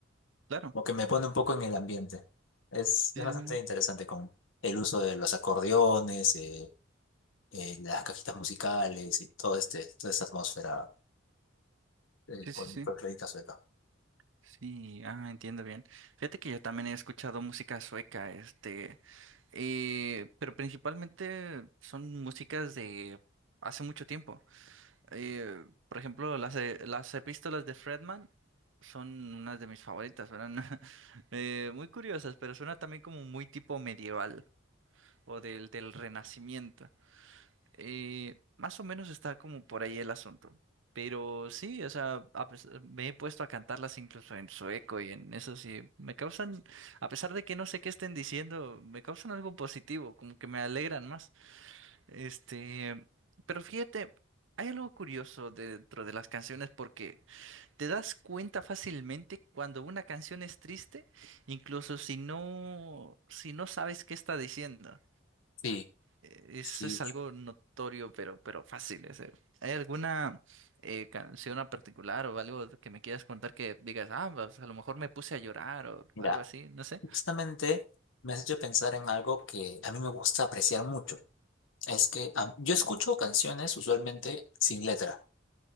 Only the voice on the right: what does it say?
claro.
Eh,
Sí,
sí, sí, sí,
sí.
Sí, ah, entiendo bien. Fíjate que yo también he escuchado música sueca, este, eh, pero principalmente son músicas de hace mucho tiempo. Eh, por ejemplo, las, eh, las epístolas de Fredman son unas de mis favoritas, eran <laughs> Eh, muy curiosas, pero suena también como muy tipo medieval o del, del Renacimiento. Eh, más o menos está como por ahí el asunto. Pero sí, o sea, a pes- me he puesto a cantarlas incluso en sueco y en eso sí, me causan, a pesar de que no sé qué estén diciendo, me causan algo positivo, como que me alegran más. Este, pero fíjate, hay algo curioso dentro de las canciones porque te das cuenta fácilmente cuando una canción es triste, incluso si no, si no sabes qué está diciendo.
Eh,
Eso es algo notorio, pero, pero fácil. es, eh. ¿Hay alguna eh, canción en particular o algo que me quieras contar que digas, ah, pues, a lo mejor me puse a llorar o
algo así? No sé.